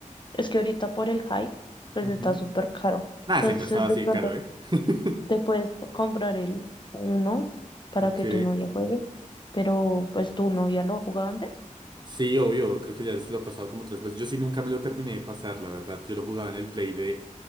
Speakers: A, on the left; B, on the right.
A: es que ahorita por el hype pues
B: Ujú.
A: está súper caro.
B: Nada,
A: Entonces
B: siempre estaba así
A: de pronto
B: de caro, ¿eh? <laughs>
A: Te puedes comprar el uno para
B: Ok.
A: que tu novia juegue, pero pues tu novia lo ha jugado antes.
B: Sí, obvio, creo que ya se lo he pasado como tres veces. Yo sí nunca me lo terminé de pasar, la verdad. Yo lo jugaba en el Play de...